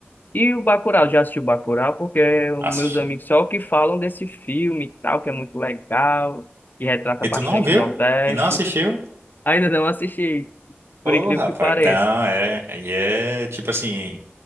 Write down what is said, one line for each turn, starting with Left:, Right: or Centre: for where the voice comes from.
Left: E o Bacurau, já assisti o Bacurau? Porque os
Right: Assisti.
Left: meus amigos só que falam desse filme e tal, que é muito legal, e retrata
Right: E
Left: bastante
Right: tu não viu?
Left: o Nordeste.
Right: E não assistiu?
Left: Ainda não assisti,
Right: Ô,
Left: por incrível
Right: rapaz,
Left: que pareça.
Right: então é, e é tipo assim.